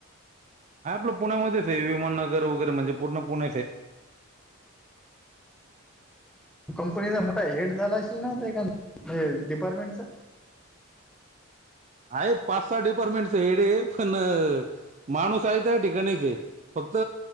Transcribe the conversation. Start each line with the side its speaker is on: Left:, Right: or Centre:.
Right: हा आपलं पुण्यामध्येच आहे. विमाननगर वगैरे म्हणजे पूर्ण पुण्यात आहे.
Centre: कंपनीचा मोठा हेड झाला असेल ना ते म्हणजे डिपार्टमेंटचा?
Right: हाय पाच सहा डिपार्टमेंटच हेड आहे, पण माणूस हाय त्या ठिकाणीच आहे. फक्त